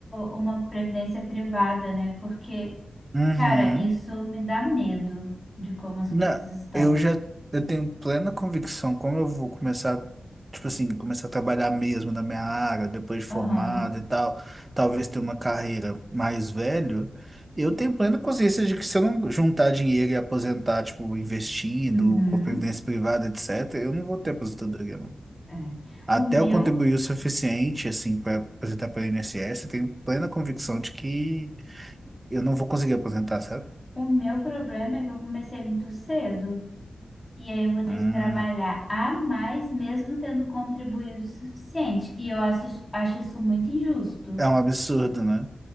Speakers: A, on the left (about 15°); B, on the right (about 15°).
A: uma previdência privada, né? Porque,
B: Uhum.
A: cara, isso me dá medo de como as
B: Na,
A: coisas estão.
B: eu já eu tenho plena convicção como eu vou começar, tipo assim, começar a trabalhar mesmo na minha área, depois de
A: Aham,
B: formado e tal, talvez ter uma carreira mais velho. Eu tenho plena consciência de que se eu não juntar dinheiro e aposentar, tipo, investindo,
A: uhum,
B: com previdência privada, etc., eu não vou ter aposentadoria, não.
A: é.
B: Até
A: O meu,
B: eu contribuir o suficiente, assim, para aposentar pelo INSS, eu tenho plena convicção de que eu não vou conseguir aposentar, sabe?
A: o meu problema é que eu comecei muito cedo. E aí eu vou ter
B: Hum,
A: que trabalhar a mais, mesmo tendo contribuído o suficiente. E eu acho, acho isso muito injusto,
B: é um absurdo, né?